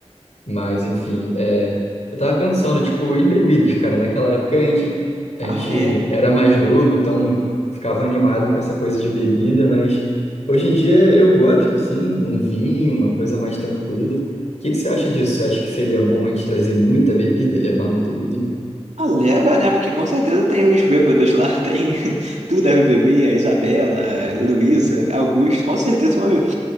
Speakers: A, on the left; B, on the right.
A: Mas, enfim, é, eu tava pensando, tipo, e bebidas, cara? Naquela época a gente, a
B: Ah,
A: gente
B: é.
A: era mais novo, então ficava animado com essa coisa de bebida, mas hoje em dia eu gosto, assim, um vinho, uma coisa mais tranquila. O que que você acha disso? Você acha que seria bom a gente trazer muita bebida, levar muita bebida?
B: Ah, leva, né? Porque com certeza tem os bêbados lá, tem <laughs> tu deve beber, a Isabela, Luísa, Augusto, com certeza vão beber.